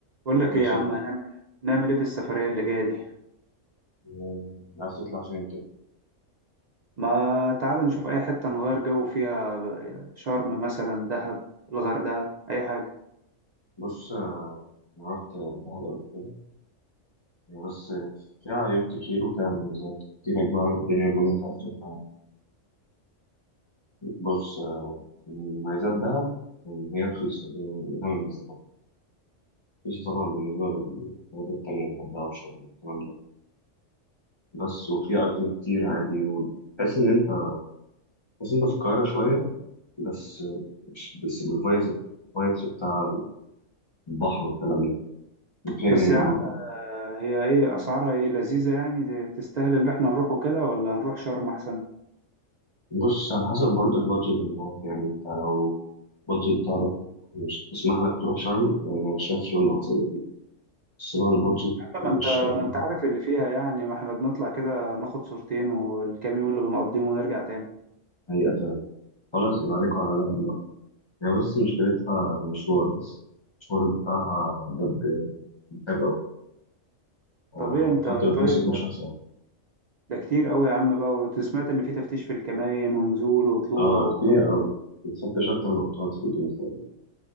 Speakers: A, on the right; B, on the left.
A: بقول لك
B: يا
A: ايه
B: صديقي
A: يا عم هنعمل نعمل ايه في السفرية اللي جاية دي
B: آه، عايز تطلع فين كده
A: ما تعال نشوف اي حتة نغير جو فيها ب- شرم مثلا دهب الغردقة اي حاجة
B: بص آه، أنا رحت دهب قبل كده يعني بس فيها عيوب كتير وفيها مميزات كتير أجمع عن الدنيا ما أنت عايز تطلع عنها. بص آه، مميزات دهب إن هي رخيصة دي من أهم المميزات رخيصة طبعا بالنسبة للحاجات التانية الغردقة وشرم والكلام ده بس وفيها أكل كتير عادي وتحس إن أنت تحس إن أنت في القاهرة شوية بس مش بس بالفايبس الفايبس بتاع البحر والكلام ده فيها
A: بس
B: جانب
A: يا عم
B: برضه
A: آه، هي ايه اسعارها ايه لذيذة يعني دي- تستاهل اللي احنا نروحه كده ولا نروح شرم احسن
B: بص على حسب برضه البادجت اللي معاك يعني انت لو البادجت بتاعك مش تسمح لك تروح شرم انا شايف شرم احسن اكيد بس لو البادجت
A: يا عم
B: مش
A: ما انت
B: اقوى
A: ما انت عارف اللي فيها يعني ما احنا بنطلع كده ناخد صورتين والكام يوم اللي بنقضيهم ونرجع تاني
B: هي اتعب خلاص يبقى عليك على دهب بقى يعني بس مشكلتها مشوار بس المشوار بتاعها بجد متعب أوي آه،
A: طب ايه انت
B: حتى لو بتمسك
A: طيب
B: 12 ساعة
A: ده كتير قوي يا عم بقى وسمعت ان في تفتيش في الكماين ونزول وطلوع
B: اه
A: وبتاع
B: كتير أوي بتفتش أكتر ما بتقعد في الأوتيل فعلا